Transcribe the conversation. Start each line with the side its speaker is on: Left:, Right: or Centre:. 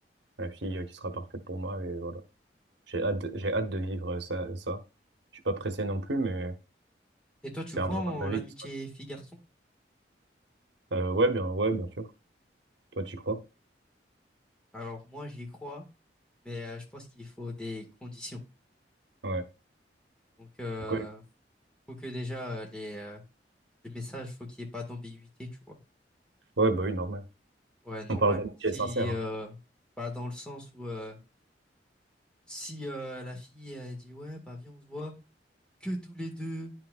Right: la fille euh, qui sera parfaite pour moi. Et voilà. J'ai hâte de, j'ai hâte de vivre ça, ça. Je suis pas pressé non plus, mais
Centre: Et toi, tu
Right: c'est
Centre: crois
Right: un moment
Centre: en
Right: de ma
Centre: l'amitié
Right: vie qui se
Centre: fille-garçon?
Right: Euh, ouais, bien, ouais, bien sûr. Toi, tu crois?
Centre: Alors, moi, j'y crois, mais euh, je pense qu'il faut des conditions.
Right: Ouais.
Centre: Donc, euh,
Right: C'est quoi?
Centre: faut que déjà, euh, les, euh, les messages, faut qu'il n'y ait pas d'ambiguïté, tu vois.
Right: Ouais, bah oui, normal.
Centre: Ouais, normal.
Right: On parle d'amitié
Centre: Si,
Right: sincère.
Centre: euh,
Right: hein.
Centre: bah, dans le sens où euh, si euh, la fille elle dit ouais, bah viens, on se voit que tous les deux